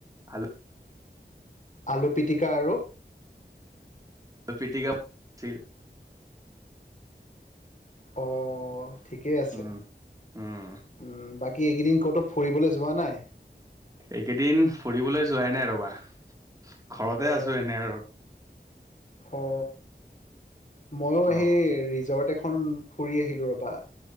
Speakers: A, on the right; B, on the left.
A: খালো
B: আলু পিটিকা আৰু
A: পিটিকা বিল
B: অ ঠিকেই আছে
A: উম উম
B: উম বাকী এইকেইদিন কতো ফুৰিবলৈ যোৱা নাই
A: এইকেইদিন ফুৰিবলৈ যোৱাই নাই ৰবা ঘৰতে
B: অ
A: আছো এনে আৰু
B: অ মযো
A: অ
B: সেই ৰিজৰ্ট এখন খন ফুৰি আহিলোঁ ৰ'বা